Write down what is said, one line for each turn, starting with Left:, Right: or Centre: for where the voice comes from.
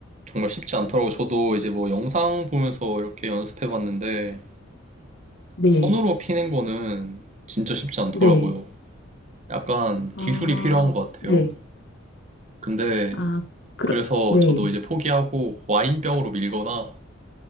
Right: 정말 쉽지 않더라고요. 저도 이제 뭐 영상 보면서 이렇게 연습해 봤는데
Left: 네,
Right: 손으로 피는 거는 진짜 쉽지 않더라고요.
Left: 네.
Right: 약간
Left: 아,
Right: 기술이 필요한 것 같아요.
Left: 네.
Right: 근데
Left: 아, 그러,
Right: 그래서
Left: 네.
Right: 저도 이제 포기하고 와인병으로 밀거나